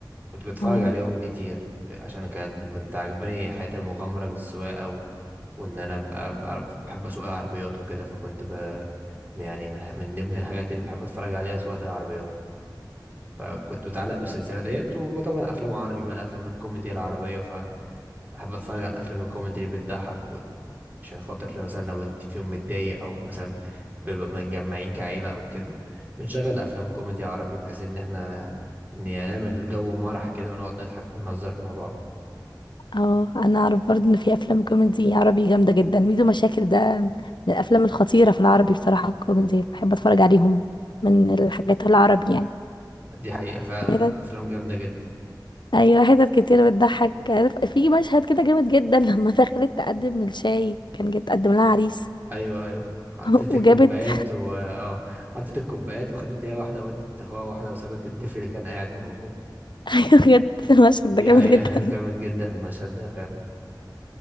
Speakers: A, on the right; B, on the left.
A: كنت بتفرج
B: اه
A: عليهم كتير عشان كان كنت عجباني حياة المغامرة بالسواقة و... وإن أنا أبقى بعرف بحب أسوق العربيات وكده فكنت ب... يعني من... من ضمن الحاجات اللي بحب أتفرج عليها سواقة العربيات فكنت متعلق بالسلسلة ديت وطبعا أفلام عربي بقى الأفلام الكوميدي العربية فأحب أتفرج على الأفلام الكوميدي اللي بتضحك عشان خاطر مثلا لو انت في يوم متضايق او مثلا بيبقى متجمعين كعيلة او كده بنشغل افلام كوميدي عربي بحيث ان احنا ن- يعني نعمل جو مرح كده ونقعد نضحك ونهزر مع بعض
B: اه انا اعرف برضه ان في افلام كوميدي عربي جامده جدا ميدو مشاكل ده من الافلام الخطيره في العربي بصراحه الكوميدي بحب اتفرج عليهم من الحاجات العربي يعني
A: دي حقيقة فعلا
B: في حتت
A: افلام جامدة جدا
B: ايوه حتت كتير بتضحك عارف في مشهد كده جامد جدا <laughs> لما دخلت تقدم الشاي كان جت تقدم لها عريس
A: ايوه ايوه حطيت
B: <laughs> وجابت
A: الكوبايات و اه حطيت الكوبايات وخدت هي واحدة ودت اخوها واحدة وسابت الضيف اللي كان قاعد موجود
B: <laughs> ايوه بجد المشهد
A: دي
B: ده جامد
A: حقيقة
B: جدا
A: <laughs> جامد جدا المشهد ده فعلا